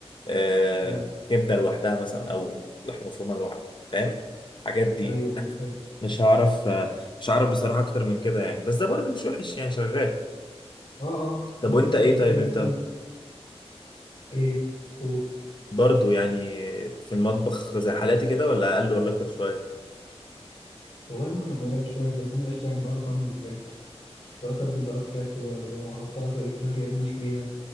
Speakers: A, on the left; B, on the left.
A: آه،
B: حلو
A: كبدة لوحدها مثلا او لحمة مفرومة لوحدها فاهم الحاجات دي
B: ايوه ايوه حلو
A: مش هعرف آه، مش هعرف بصراحة اكتر من كده يعني بس ده برضه مش وحش يعني شغال
B: اه اه
A: طب
B: انت
A: وانت
B: اصلا
A: ايه
B: تفتكر
A: طيب
B: ايه
A: انت
B: مثلا ايه قول
A: برضو يعني في المطبخ زي حالاتي كده ولا اقل ولا اكتر شويه
B: والله ممكن اكون اقل شويه بس انا قشطه يعني بعرف اعمل الفراخ بتبل بقى فراخ و- واحطها في الفراخ يا اما اشويها